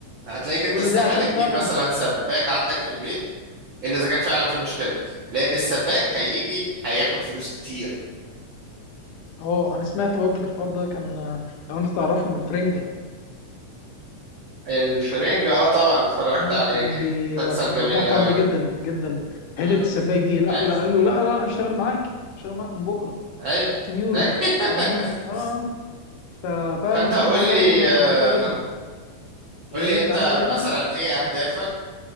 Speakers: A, on the right; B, on the left.
A: هتلاقيك انت
B: كل
A: استحالة
B: ده عشان
A: تجيب
B: فعلا
A: مثلا
B: اه
A: سباك عندك في البيت إلا إذا كان فعلا في مشكلة لأن السباك هيجي هياخد فلوس كتير
B: آه، انا سمعت برضه الحوار ده كان آه، لو انت تعرفهم الفرنجه
A: الفرنجة اه طبعا اتفرجت
B: اه
A: عليه
B: كان بي
A: مسلسل
B: كان
A: جميل
B: بيوضح الحوار
A: اوي
B: ده جدا جدا في حته
A: مم.
B: السباك دي لا
A: ايوه
B: لا قال له لا لا انا اشتغل معاك اشتغل معاك من بكره
A: ايوه
B: 60 يورو
A: ايوه
B: فاهمني
A: <laughs>
B: اه آه. ففعلا
A: فانت
B: دي
A: قول
B: كانت حاجه
A: لي
B: برضه كنت استغربتها
A: آه،
B: جدا لان
A: قول لي
B: انت
A: انت
B: عندك
A: مثلا
B: هنا
A: ايه اهدافك